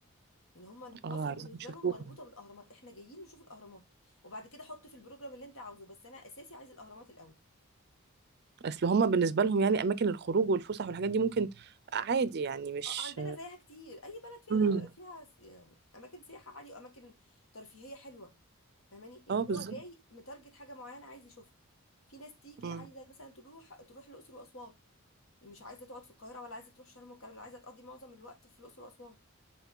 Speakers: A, on the left; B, on the right.
A: يعني هما مصر
B: اه عايزين
A: بالنسبه
B: يشوفوها
A: لهم مربوطه بالاهرامات احنا جايين نشوف الاهرامات وبعد كده حط في البروجرام اللي انت عاوزه بس انا اساسي عايز الاهرامات الاول
B: اصل هما بالنسبه لهم يعني اماكن الخروج والفسح والحاجات دي ممكن عادي يعني مش
A: اه عندنا زيها كتير اي بلد فيها
B: امم
A: فيها س- آه، اماكن سياحه عادي واماكن ترفيهيه حلوه فاهماني لكن
B: اه بالظبط
A: هو جاي متارجت حاجه معينه عايز يشوفها في ناس تيجي
B: امم
A: عايزه مثلا تروح تروح الاقصر واسوان يعني مش عايزه تقعد في القاهره ولا عايزه تروح شرم والكلام ده عايزه تقضي معظم الوقت في الاقصر واسوان